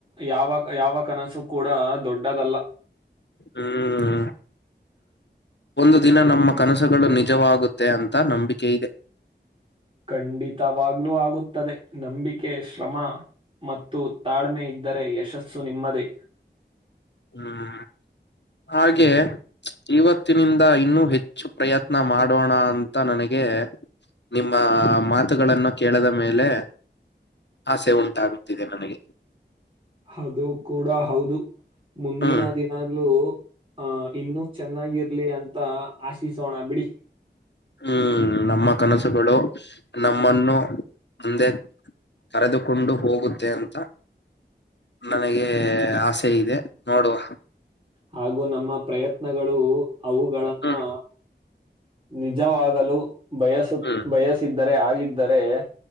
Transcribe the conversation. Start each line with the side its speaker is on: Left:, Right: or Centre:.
Right: ಯಾವಾಗ ಯಾವ ಕನಸು ಕೂಡ ದೊಡ್ಡದಲ್ಲ
Left: ಹ್ಮ ಒಂದು ದಿನ ನಮ್ಮ ಕನಸುಗಳು ನಿಜವಾಗುತ್ತೆ ಅಂತ ನಂಬಿಕೆ ಇದೆ.
Right: ಖಂಡಿತವಾಗ್ಲೂ ಆಗುತ್ತದೆ ನಂಬಿಕೆ ಶ್ರಮ ಮತ್ತು ತಾಳ್ಮೆ ಇದ್ದರೆ ಯಶಸ್ಸು ನಿಮ್ಮದೇ
Left: ಹ್ಮ್ ಹಾಗೆ ಇವತ್ತು. ತ್ತಿನಿಂದ ಇನ್ನೂ ಹೆಚ್ಚು ಪ್ರಯತ್ನ ಮಾಡೋಣ ಅಂತ ನನಗೆ ನಿಮ್ಮ ಮಾತುಗಳನ್ನು ಕೇಳದ ಮೇಲೆ ಆಸೆ ಉಂಟಾಗುತ್ತಿದೆ ನನಗೆ
Right: ಹದು ಕೂಡ ಹೌದು ಮುಂದಿನ
Left: ಹ್ಮ್
Right: ದಿನಾಗ್ಲುೂ ಆ ಇನ್ನುೂ ಚೆನ್ನಾಗಿರ್ಲಿ ಅಂತ ಆಶಿಸೋಣ ಬಿಡಿ
Left: ಹ್ಮ್ ನಮ್ಮ ಕನಸುಗಳು ನಮ್ಮನ್ನು ಒಂದೆ ಕರೆದುಕೊಂಡು ಹೋಗುತ್ತೆ ಅಂತ ನನಗೆ ಆಸೆ ಇದೆ ನೋಡುವ
Right: ಹಾಗೂ ನಮ್ಮ ಪ್ರಯತ್ನಗಳು ಅವುಗಳಗಳನ್ನು
Left: ಹ್ಮ್
Right: ನಿಜವಾಗಲು ಬಯಸು
Left: ಹ್ಮ್
Right: ಬಯಸಿದ್ದರೆ ಆಗಿದ್ದರೆ